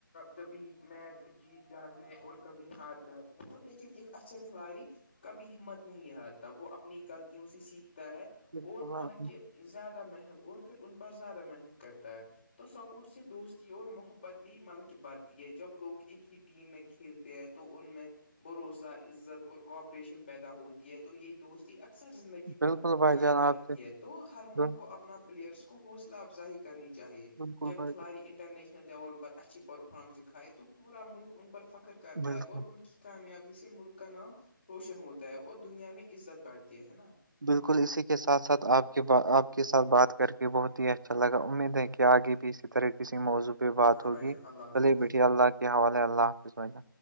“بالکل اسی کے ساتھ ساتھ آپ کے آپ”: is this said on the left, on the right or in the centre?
Right